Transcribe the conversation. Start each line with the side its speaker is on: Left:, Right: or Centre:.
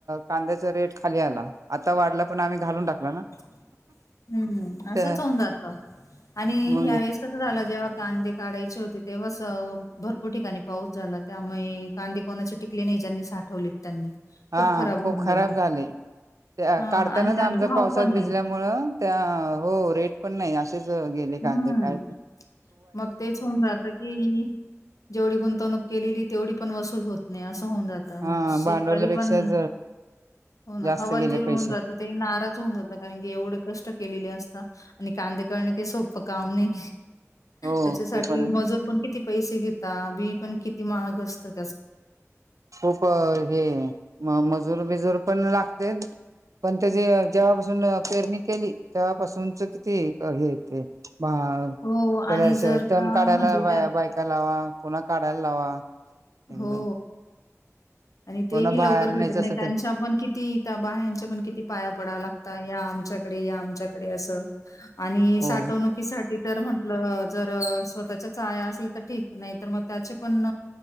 Right: कांद्याचा रेट खाली आला आता वाढला पण आम्ही घालून टाकला ना.
Left: हम्म हम् असंच
Right: तर
Left: होऊन जात आणि
Right: मग
Left: ह्या कस झाला जेव्हा कांदे काढायचे होते तेव्हाच भरपूर ठिकाणी पाऊस झाला. त्यामुळे कांदे कोणाचे टिकले नाही ज्यांनी साठवले. त्यांनी
Right: हा
Left: खराब
Right: खूप
Left: होऊन
Right: खराब
Left: गेले.
Right: झाले
Left: हां
Right: काढतानाच
Left: आणि त्यात
Right: आमच्या
Left: भाव
Right: पावसात
Left: पण नाही.
Right: भिजल्या त्या हो रेट पण नाही असेच गेले कांदे
Left: हं.
Right: कायच.
Left: मग तेच होऊन जात की जेवढी गुंतवणूक केलेली तेवढी पण वसूल होत नाही असं होऊन जात. मग
Right: हा
Left: शेतकरी
Right: भांडवल्यापेक्षाच
Left: पण हो ना
Right: जास्त
Left: हवालदीर
Right: गेले पैसे
Left: होऊन जात ते नाराज होऊन जातात. कारण की एवढे कष्ट केलेले असत आणि कांदे करण काही सोपं काम नाही.
Right: हो
Left: त्याच्यासाठी
Right: ते पण
Left: मजूर पण किती पैसे घेता बी पण किती महाग असतं.
Right: खूप हे म मजूर बिजूर पण लागते. पण त्याची जेव्हापासून पेरणी केली तेव्हापासूनच किती हे ते बा
Left: हो आणि
Right: त्याला
Left: जर
Right: तण
Left: का
Right: काढायला
Left: म्हणजे
Right: बा
Left: त्यात
Right: बायका लावा पुन्हा काढायला लावा. एकदम
Left: हो. आणि
Right: कोणा
Left: तेही
Right: बाहेर
Left: लवकर भेटत
Right: न्यायचं
Left: नाही
Right: असेल
Left: त्यांच्या
Right: तर
Left: पण किती? त्या बाया्यांचे पण किती पाया पडाव लागत या आमच्याकडे या आमच्याकडे असं. आणि
Right: हो
Left: साठवणुकीसाठी तर म्हंटलं जर स्वतःच्या या असल्या तर ठीक. नाहीतर म त्याचे पण